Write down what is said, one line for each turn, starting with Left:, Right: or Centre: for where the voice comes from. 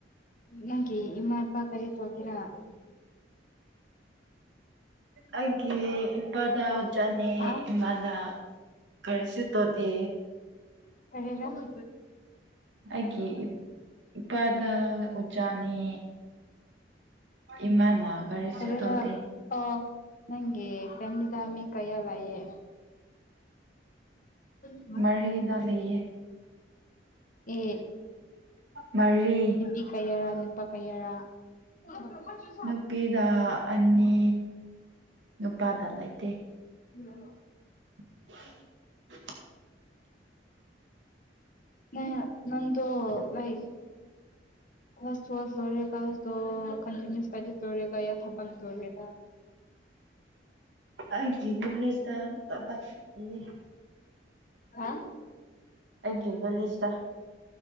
Left: ꯅꯪꯒꯤ ꯏꯃꯥ ꯏꯄꯥ ꯀꯔꯤ ꯇꯧꯒꯦꯔꯥꯥ <inaudible>
Right: ꯑꯩꯒꯤ ꯏꯄꯥꯗ ꯑꯣꯖꯥꯥꯅꯦ
Left: ꯍꯥ
Right: ꯏꯃꯥꯅ ꯀꯔꯤꯁꯨ ꯇꯣꯗꯦ
Left: ꯀꯔꯤꯔꯥꯥ
Right: ꯑꯩꯒꯤ ꯏꯄꯥꯗ ꯑꯣꯖꯥꯅꯤ ꯏꯃꯥꯅ ꯀꯔꯤꯁꯨ
Left: ꯀꯔꯤꯔꯛ
Right: ꯇꯧꯗꯦ
Left: ꯑꯣ ꯅꯪꯒꯤ <unintelligible> ꯀꯩꯌꯥ ꯂꯥꯏꯌꯦ <unintelligible>
Right: ꯃꯔꯤꯗ ꯂꯤꯌꯦ
Left: ꯑꯦ
Right: ꯃꯔꯤ
Left: ꯄꯤ ꯀꯌꯥꯔꯥ ꯅꯨꯄꯥ ꯀꯌꯥꯔꯥ <unintelligible>
Right: ꯅꯨꯄꯤꯗ ꯑꯅꯤ ꯅꯨꯄꯥꯗ ꯂꯩꯇꯦ
Left: <inaudible>
Right: <inaudible>
Left: ꯅ ꯅꯟꯗꯣ ꯂꯥꯏꯛ <unintelligible> ꯇꯁ ꯂꯣꯏꯔꯦ ꯀꯁ ꯗꯣ ꯀꯟꯇꯁ ꯇꯖ ꯇꯧꯔꯦ ꯀꯌꯥ ꯊꯕꯛ ꯇꯧꯔꯝꯃꯤꯕ
Right: ꯑꯩꯗꯤ <unintelligible>
Left: ꯍꯥ
Right: ꯑꯩꯒꯤ ꯚꯤꯂꯦꯁꯗ